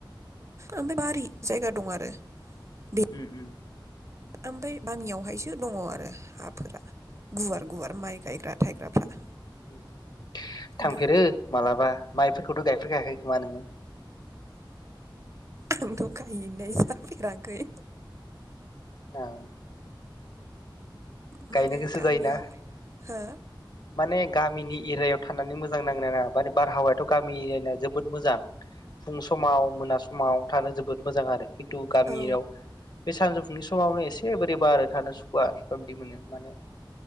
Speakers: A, on the right; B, on the left.
A: ओमफ्राय बारि जायगा दं आरो बे
B: उम उम
A: ओमफ्राय गामियाव हायसो दङ आरो हाफोरा गुवार
B: उम
A: गुवार माइ गायग्रा थायग्राफ्रा
B: उम थांफेरो
A: दा
B: मालाबा माइ फोरखौथ' गायफेरखायाखै खोमा नोङो
A: आंथ' गायनाय जाफेराखै
B: ओ
A: माने
B: गायनो गोसो
A: गामियाव
B: जायोना
A: हो
B: माने गामिनि एरियायाव थानानै मोजां नाङो ना नाङा मे बारहावायाथ' गामि एरियाना जोबोद मोजां फुं समाव मोना समाव थानो जोबोद मोजां आरो खिन्थु गामियाव
A: औ
B: बे सानजौफुंनि समावनो एसे बोरैबा आरो थानो सुखुवा सुखवा बिदि मोनो माने